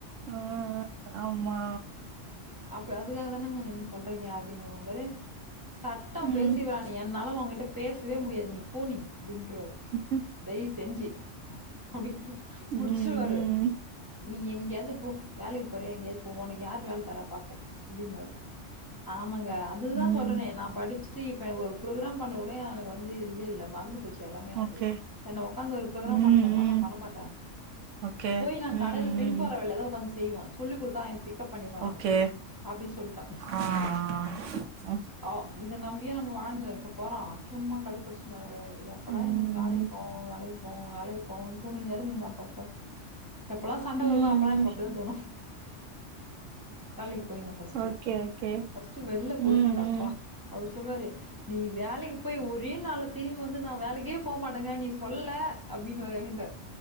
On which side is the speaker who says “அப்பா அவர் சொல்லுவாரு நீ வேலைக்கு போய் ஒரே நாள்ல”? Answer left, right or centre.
Left